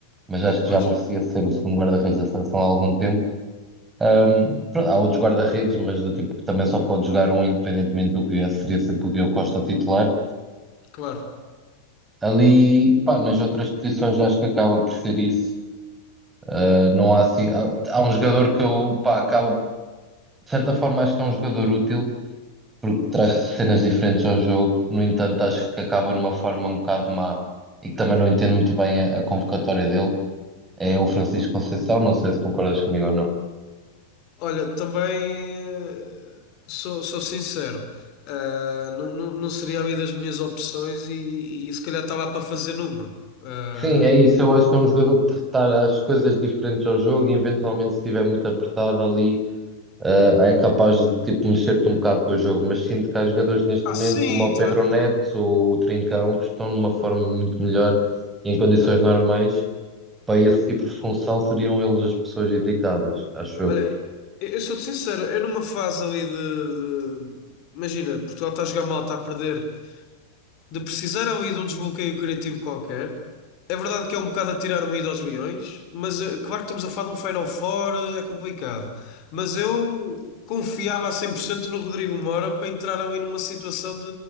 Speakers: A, on the right; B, on the left.
A: mas acho que
B: Pois,
A: já merecia ser o segundo guarda-redes da seleção há algum tempo. Ahm, pronto, há outros guarda-redes, mas do tipo que também só pode jogar um independentemente do que viesse, seria sempre o Diogo Costa titular.
B: claro.
A: Ah, ali, pá, nas outras posições acho que acaba por ser isso. Uh, não há assim. Há, há um jogador que eu, pá, acaba. De certa forma, acho que é um jogador útil, porque traz cenas diferentes ao jogo. No entanto, acho que acaba numa forma um bocado má e que também não entendo muito bem a, a convocatória dele. É o Francisco Conceição, não sei se concordas comigo ou não.
B: Olha, também eh, sou, sou sincero, eh, não, não, não seria a minha das minhas opções e, e se calhar estava para fazer número. Eh,
A: Sim, é isso. Eu acho que é um jogador que traz as coisas diferentes ao jogo e, eventualmente, se estiver muito apertado ali. Uh, é capaz de tipo, mexer-te um bocado com o jogo, mas sinto que há jogadores neste
B: Ah,
A: momento,
B: sim,
A: como o Pedro
B: também. é
A: Neto
B: verdade.
A: ou o Trincão, que estão numa forma muito melhor e em condições normais, para esse tipo de função seriam eles as pessoas indicadas, acho eu.
B: Olha, eu eu sou-te sincero, eu numa fase ali de, de- Imagina, Portugal está a jogar mal, está a perder, de precisar ali de um desbloqueio criativo qualquer. É verdade que é um bocado a tirar o ido aos leões, mas eh, claro que estamos a falar de um Final Four, eh, é complicado. Mas eu confiava a 100% no Rodrigo Moura para entrar ali numa situação de,